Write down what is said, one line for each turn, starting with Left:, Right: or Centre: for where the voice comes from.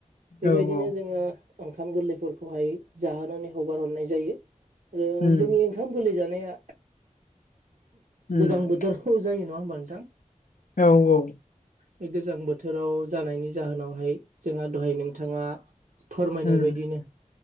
Right: बेबायदिनो
Left: औ औ
Right: जोङो ओंखाम गोरलैफोरखौहाय जाहोनानै हगार हरनाय जायो।
Left: उम
Right: जोंनि ओंखाम गोरलै जानाया
Left: उम
Right: गोजां बोथोर औ जायो नङा होमबा नोंथां?
Left: औ औ।
Right: बे गोजां बोथोराव जानायनि जाहोनावहाय जोंहा दहाय नोंथाङा फोरमायनाय
Left: उम
Right: बायदिनो